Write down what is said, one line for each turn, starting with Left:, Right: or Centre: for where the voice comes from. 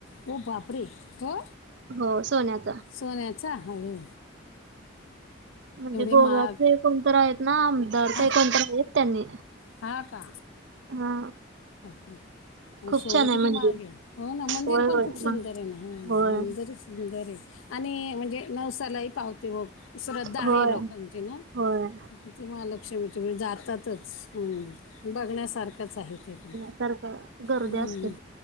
Left: हो बापरे हो
Right: हो सोन्यात
Left: सोण्या्याचा ह र
Right: म्हणजे गोव्यात
Left: महाग
Right: काही कोणत आहेत ना आमदार
Left: हा
Right: काही कोणत आहेत त्यांनी
Left: हा का
Right: हा
Left: के आणि
Right: खूप
Left: सोनं
Right: छान आहे
Left: किती
Right: मंदिर
Left: माहागे हो ना मंदिर
Right: होय
Left: पण
Right: होय
Left: खूप सुंदर
Right: मग
Left: आहे ना ह
Right: होय
Left: मंदिर सुंदर आहे आणि म्हणजे नवसालाही पाहते व श्रद्धा आहे
Right: होय
Left: लोकांची ना
Right: होय
Left: ते महालक्ष्मी ते म्हजे जातातच म्हण बघण्यासारखंच आहे ते पण
Right: सर का गर्दी
Left: हम्म.
Right: असते